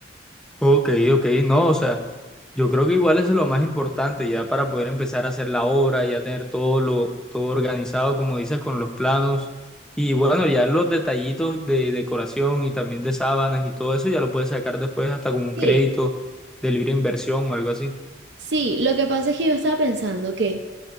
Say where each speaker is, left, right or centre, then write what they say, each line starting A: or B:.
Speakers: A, in the centre; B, on the right.
A: Ok, ok, no, o sea, yo creo que igual eso es lo más importante ya para poder empezar a hacer la obra, ya tener todo lo, todo organizado, como dices, con los planos y bueno, ya los detallitos de decoración y también de sábanas y todo eso ya lo puedes sacar después hasta con un
B: Sí,
A: crédito de libre inversión o algo así.
B: sí, lo que pasa es que yo estaba pensando que